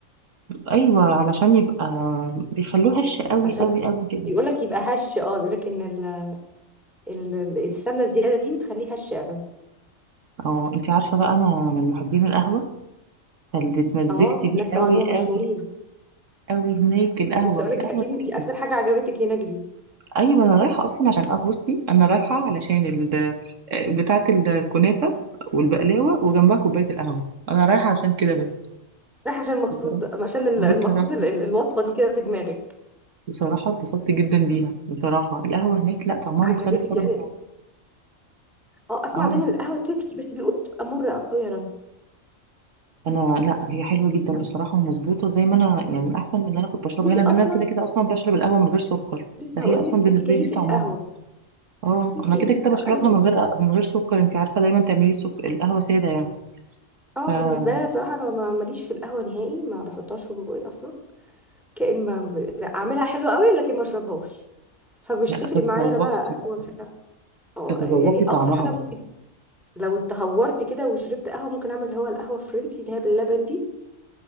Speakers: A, on the right; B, in the centre.
A: أيوة علشان يبقى بيخلوه هش قوي
B: عشان
A: قوي قوي كده
B: بيقول لك يبقى هش اه بيقول لك ان ال... ال... ال- السمنة الزيادة دي بتخليه هش قوي
A: اه انتي عارفة بقى أنا من محبين القهوة فاللي اتمزجت
B: اه
A: بيه
B: هناك طبعا
A: قوي
B: هو مشهورين
A: قوي قوي هناك القهوة
B: لسه اقول
A: اصل
B: لك
A: القهوة
B: اكيد
A: تركي
B: انت اكتر حاجة عجبتك هناك دي
A: ايوه انا رايحة اصلا عشان قهوة بصي انا رايحة علشان ال آه، بتاعة الكنافة والبقلاوة وجنبها كوباية القهوة انا رايحة عشان كده بس
B: رايح عشان المخصوص
A: بصراحة
B: ده عشان ال- المخصوص
A: بصراحة
B: ال... ال- الوصفة دي كده في دماغك
A: بصراحة اتبسطت جدا بيها بصراحة القهوة هناك لا طعمها
B: عجبتك
A: مختلف خالص
B: يعني
A: من عندنا.
B: اه اسمع
A: اه
B: دايما القهوة التركي بس بيقولوا بتبقى مرة قوي يا رنا
A: انا لا هي حلوة جدا بصراحة ومظبوطة زي ما انا
B: والله
A: يعني احسن من اللي انا كنت بشربها
B: انت
A: هنا لان
B: اصلا
A: انا كده كده اصلا بشرب القهوة من غير سكر
B: لسه
A: فهي
B: هقول
A: اصلا
B: لك
A: بالنسبة
B: انت كيفه
A: لي دي طعمها
B: قهوه
A: اه
B: انت
A: انا
B: كيفه
A: كده كده بشربها
B: قهوة. انا بن...
A: من غير من غير سكر انت عارفه دايما تعملي سكر القهوه ساده يعني
B: اه
A: ف آه.
B: بالنسبه لي انا بصراحه انا ما- ماليش في القهوه نهائي ما بحطهاش في بوقي اصلا كأن ما ما- لا، اعملها حلوه قوي لكن ما اشربهاش فمش
A: لا
B: تفرق
A: تتذوقي
B: معايا انا بقى قهوه
A: بقى
B: مش عارفه اه
A: تتذوقي
B: يعني
A: طعمها
B: اقصى حاجه
A: بقى
B: ممكن لو اتهورت كده وشربت قهوه ممكن اعمل اللي هو القهوه الفرنسي اللي هي باللبن دي